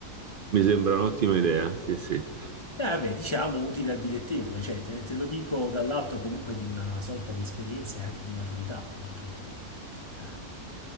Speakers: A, on the right; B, on the left.
A: Mi sembra un'ottima idea, sì, sì, è
B: Eh, vabbè, diciamo utile al dilettevole, cioè te, te lo dico dall'atto comunque di una sorta di esperienza e anche di maturità, perché eh,